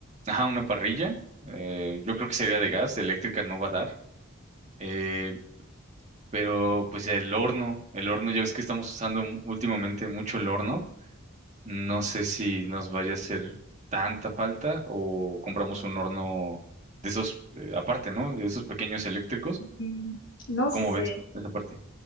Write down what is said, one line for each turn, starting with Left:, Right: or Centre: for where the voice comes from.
Right: Ajá, una parrilla. Eh, yo creo que sería de gas, de eléctrica no va a dar. Eh, pero pues el horno, el horno, ya ves que estamos usando m- últimamente mucho el horno. No sé si nos vaya a hacer tanta falta o compramos un horno de esos, eh, aparte, ¿no? De esos pequeños eléctricos.
Left: Mm, No
Right: ¿Cómo
Left: sé.
Right: ves esa parte?